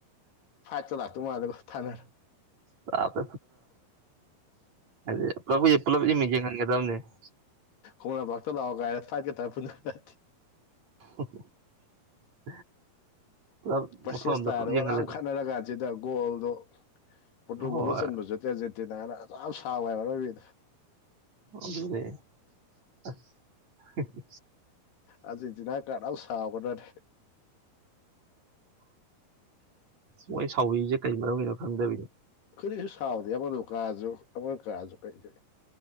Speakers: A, on the left; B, on the right.
A: ꯐꯥꯏ ꯆ ꯂꯥꯛ ꯇꯨ ꯃꯥꯗ ꯊꯅ
B: ꯐꯄꯣ ꯍꯥꯏꯗꯤ ꯄꯨꯂꯕꯨ ꯄꯨꯂꯞ ꯏꯃ ꯌꯦꯡꯍꯟꯒꯗꯕꯅꯦ <unintelligible>
A: ꯈꯣꯡꯅꯄꯥꯛꯇ ꯂꯥꯛꯑꯣ ꯀꯥꯏꯔ ꯐꯥꯏꯠꯀꯇꯥꯏ ꯄꯨꯟꯔꯗꯤ
B: <unintelligible> ꯄꯨꯂꯞ
A: ꯕꯦꯔꯁꯨꯁ
B: ꯃꯐꯝ ꯑꯝꯗ
A: ꯇꯔꯥꯐꯥꯑꯣ
B: ꯄꯨꯂꯞ ꯌꯦꯡꯍꯜꯂꯦꯗꯅ
A: ꯑꯗꯨꯛ ꯌꯥꯝ ꯈꯠꯅꯔꯥ ꯀꯥꯟꯗ <unintelligible> ꯁꯤꯗ ꯒꯣꯜꯗꯣ ꯄꯣꯔꯇꯨꯒꯣꯜꯗ
B: ꯍꯣꯏ
A: ꯆꯟꯕꯖꯦ ꯑꯔꯖꯦꯟꯇꯤꯅꯥꯅ ꯑꯖꯨꯛ ꯌꯥꯝ ꯁꯥꯎꯋꯦ ꯍꯥꯏꯕ ꯑꯔꫭꯏꯕꯤꯗ
B: ꯑꯗꯨ ꯑꯗꯨꯅꯦ <unintelligible>
A: ꯑꯔꯁꯤꯟꯇꯤꯅꯥ ꯀꯥꯔꯠ ꯌꯥꯝ ꯁꯥꯎꯕꯅꯅꯦ
B: ꯃꯣꯏ ꯁꯥꯎꯕꯤꯁꯦ ꯀꯩ ꯃꯔꯝꯒꯤꯅꯣ ꯈꯪꯗꯕꯤꯅꯣ
A: ꯀꯔꯤꯁꯨ ꯁꯥꯎꯗꯦ ꯑꯃ ꯀꯥꯁꯨ ꯑꯃꯅ ꯀꯥꯁꯨ ꯀꯩꯁꯨ